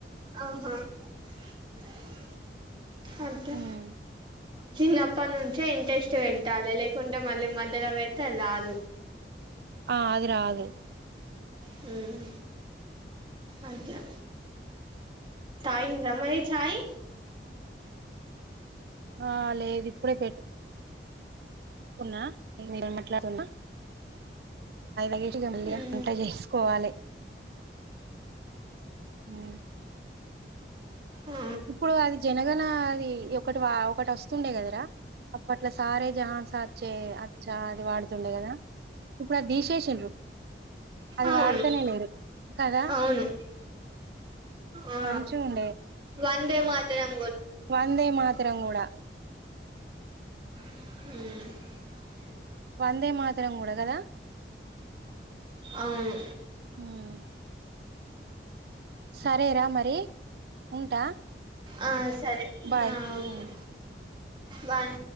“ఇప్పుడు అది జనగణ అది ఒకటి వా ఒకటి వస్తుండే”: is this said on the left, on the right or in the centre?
Right